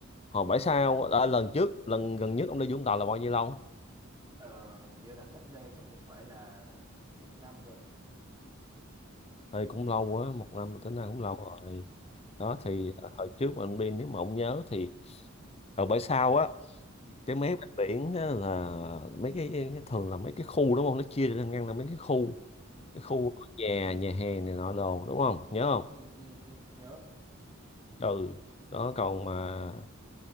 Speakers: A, on the left; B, on the right.
A: hồi bãi sau à, lần trước lần gần nhất ông đi Vũng Tàu là bao nhiêu lâu
B: ờ hình như là cách đây chắc cũng phải là một năm rồi
A: thì cũng lâu quá một năm
B: ừ
A: tính ra cũng lâu rồi
B: ừ
A: đó thì ờ, hồi trước mà ông đi nếu mà ông nhớ thì ở bãi sau á
B: ừ
A: cái mé bên biển á là mấy cái, cái thường là mấy cái khu đúng không nó chia ra ngăn là mấy cái khu
B: ừ
A: cái khu có nhà nhà hàng này nọ đồ đúng không nhớ không
B: ừ ừ, ừ. nhớ
A: ừ đó còn mà